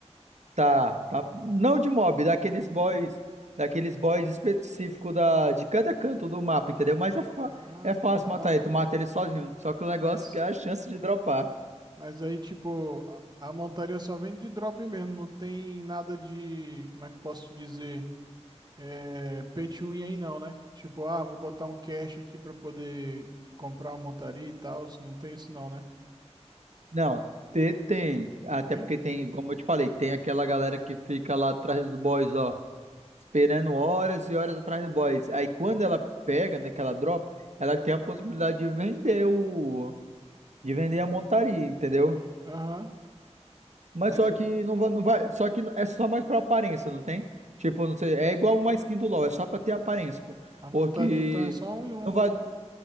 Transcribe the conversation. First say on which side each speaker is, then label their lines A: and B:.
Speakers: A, on the right; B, on the right.
A: Tá, tá. Não de mob, daqueles boys, daqueles boys específico da, de cada canto do mapa, entendeu? Mas é, fa-
B: Ah,
A: é fácil
B: tá.
A: matar ele, tu mata ele sozinho. Só que o negócio
B: Mas,
A: é que é a chance de dropar.
B: mas aí, tipo, a, a montaria só vem de drop mesmo. Não tem nada de, como é que eu posso te dizer? É, pay to win aí não, né? Tipo, ah, vou botar um cash aqui pra poder comprar uma montaria e tal. Não tem isso não, né?
A: Não, te- tem. Até
B: Tem?
A: porque tem, como eu te falei, tem aquela galera que fica lá atrás dos boys, ó, esperando horas e horas atrás do boys. Aí quando ela pega, né, que ela dropa, ela tem a possibilidade de vender o, de vender a montaria, entendeu?
B: Aham.
A: Mas
B: Aí
A: só
B: fica.
A: que não vai, não vai, só que é só mais pra aparência, não tem? Tipo, não sei, é igual uma skin do LoL, é só pra ter aparência, pô.
B: A montaria
A: Porque
B: então é só um.
A: não vai,
B: um,